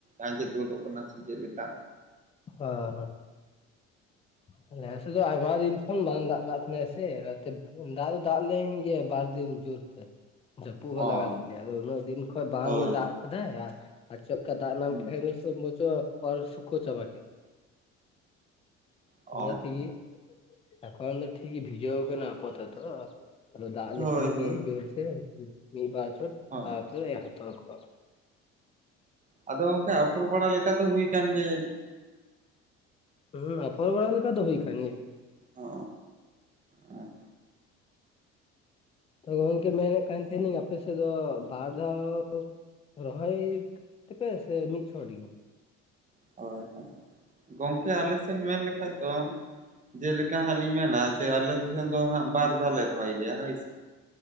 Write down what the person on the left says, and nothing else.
ᱦᱚᱸ ᱦᱚᱸ ᱱᱮᱥ ᱱᱚᱛᱮ ᱫᱚ ᱟᱭᱢᱟ ᱫᱤᱱ ᱠᱷᱚᱱ ᱵᱟᱝ ᱫᱟᱜ ᱠᱟᱜ ᱛᱟᱦᱮᱱᱟ ᱥᱮ ᱚᱱᱟᱛᱮ ᱫᱟᱜ ᱫᱚ ᱫᱟᱜ ᱞᱮᱱ ᱜᱮ ᱵᱟᱨ ᱫᱤᱱ ᱡᱳᱨ ᱛᱮ ᱠᱷᱢ <unintelligible> ᱡᱟᱹᱯᱩᱫ
ᱮ ᱞᱟᱜᱟᱣ ᱞᱮᱫ ᱞᱮᱭᱟ, ᱟᱫᱚ ᱩᱱᱟᱹᱜ ᱫᱤᱱ ᱠᱷᱚᱱ ᱵᱟᱝ
ᱫᱟᱜ ᱟᱠᱟᱫᱟᱭ ᱟᱨ ᱪᱮᱫᱠᱟ ᱫᱟᱜ ᱱᱟᱢ
ᱠᱮᱜᱼᱟᱭᱱᱤ ᱾ <unintelligible> ᱪᱟᱵᱟ ᱠᱮᱫ
ᱤᱱᱟᱹ ᱛᱮᱜᱤ, ᱮᱠᱷᱚᱱ ᱴᱷᱤᱠ ᱵᱷᱤᱡᱟᱣ ᱠᱟᱱᱟ ᱟᱯᱟᱛᱚᱛᱚ ᱾ ᱟᱫᱚ ᱫᱟᱜ
ᱞᱮᱠᱷᱟᱱ ᱜᱮ
ᱡᱳᱨ ᱛᱮ ᱢᱤᱫ ᱵᱟᱨ ᱪᱷᱚᱴ
ᱟᱫᱚᱭ ᱦᱟᱛᱟᱣ ᱠᱚᱣᱟᱭ ᱾
ᱦᱩᱸ ᱟᱯᱷᱚᱨ ᱵᱟᱲᱟ ᱞᱮᱠᱟ ᱫᱚ ᱦᱩᱭ ᱠᱟᱱ ᱜᱮᱭᱟ ᱾
ᱛᱚ ᱜᱚᱢᱠᱮ ᱢᱮᱱᱮᱫ ᱠᱟᱱ ᱛᱟᱦᱮᱱᱤᱧ ᱟᱯᱮ ᱥᱮᱫ ᱫᱚ ᱵᱟᱨ ᱫᱷᱟᱣᱼᱼ ᱨᱚᱦᱚᱭ ᱛᱮᱯᱮ ᱥᱮ ᱢᱤᱫ ᱪᱷᱚᱴ ᱜᱮ?